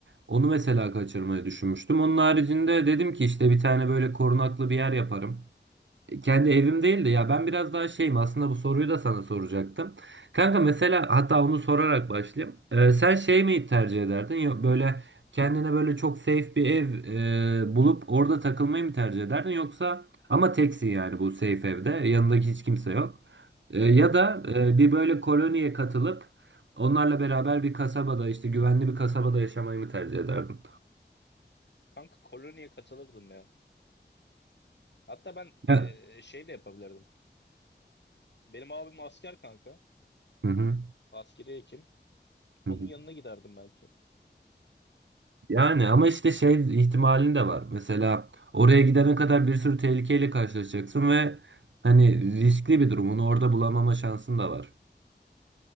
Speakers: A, on the right; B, on the left.
A: Onu mesela kaçırmayı düşünmüştüm. Onun haricinde dedim ki işte bir tane böyle korunaklı bir yer yaparım. Kendi evim değil de ya ben biraz daha şeyim aslında bu soruyu da sana soracaktım. Kanka mesela hatta onu sorarak başlayayım. Ee, sen şey mi tercih ederdin yok böyle kendine böyle çok safe bir ev e, bulup orada takılmayı mı tercih ederdin yoksa ama teksin yani bu safe evde yanındaki hiç kimse yok. Ee,
B: aha.
A: ya da e, bir böyle koloniye katılıp onlarla beraber bir kasabada işte güvenli bir kasabada yaşamayı mı tercih ederdin?
B: Kanka koloniye katılırdım ya. Hatta ben e,
A: Ya.
B: şey de yapabilirdim. Benim abim asker kanka.
A: Hı hı.
B: Askeri hekim. Onun
A: Hı hı.
B: yanına giderdim belki.
A: Yani ama işte şey ihtimalin de var. Mesela oraya gidene kadar bir sürü tehlikeyle karşılaşacaksın ve hani riskli bir durum. Onu orada bulamama şansın da var.